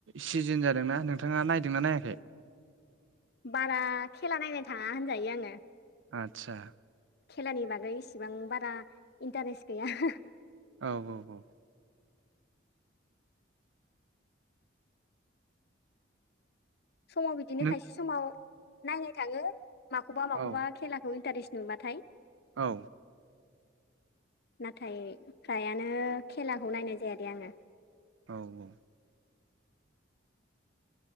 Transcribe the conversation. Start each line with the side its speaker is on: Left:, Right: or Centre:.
Right: सिजोन जादोंना नोंथाङा नायदोंना नायाखै?
Left: बारा खेला नायनाय थाङा होनजायो आङो।
Right: आदसा
Left: खेलानि बागै इसिबां बारा इन्टारेस्ट गैया
Right: औ औ औ
Left: समाव बिदिनो
Right: नों
Left: खायसे समाव नायनाय थाङो माखौबा माखौबा
Right: औ
Left: खेलाखौ इन्टारेस्ट नुबाथाय
Right: औ
Left: नाथाय फ्रायानो खेलाखौ नायनाय जायादे आङो
Right: औ